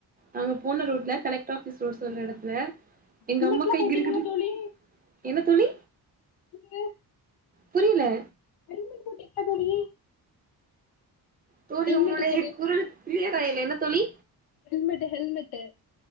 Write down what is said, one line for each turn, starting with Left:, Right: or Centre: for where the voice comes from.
Right: நாங்க போன ரோட்ல கலெக்ட்ராஃபீஸ் ரோடு் சொல்ற எடத்துல எங்கம்மா
Left: ஹெல்மெட்லா
Right: கை
Left: போட்டீங்களா
Right: கிடுகிடு
Left: தோழி
Right: என்ன தோழி
Left: இங்கு
Right: புரியல
Left: ஹெல்மெட் போட்டீங்ளா தோழி
Right: தோழி
Left: ஹெல்மெட்டு
Right: ஒங்களுடைய
Left: தோழி
Right: குரல் க்ளியராயிலே என்ன தோழி
Left: ஹெல்மெட்டு ஹெல்மெட்டு